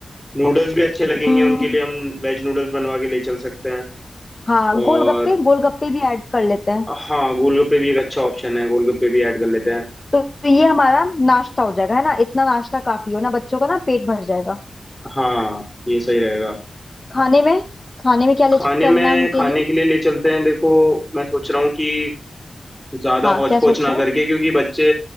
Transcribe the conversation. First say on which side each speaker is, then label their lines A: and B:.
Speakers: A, in the centre; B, on the left.
A: नूडल्स भी अच्छे लगेंगे
B: हम्म
A: उनके लिए हम वेज नूडल्स बनवा के ले चल सकते हैं
B: हाँ
A: और
B: गोलगप्पे गोलगप्पे भी ऐड कर लेते हैं
A: हाँ गोलगप्पे भी एक अच्छा ऑप्शन है गोलगप्पे भी ऐड कर लेते हैं
B: तो तो ये हमारा नाश्ता हो जाएगा है ना इतना नाश्ता काफी हो ना बच्चों का ना पेट भर जाएगा
A: हाँ ये सही रहेगा
B: खाने में खाने में क्या ले
A: खाने
B: चलना
A: में
B: है उनके
A: खाने
B: लिए
A: के लिए ले चलते हैं देखो मैं सोच रहा हूँ कि ज्यादा
B: हाँ
A: हौच
B: क्या
A: पौच
B: सोच
A: ना
B: रहे
A: करके
B: हो
A: क्योंकि बच्चे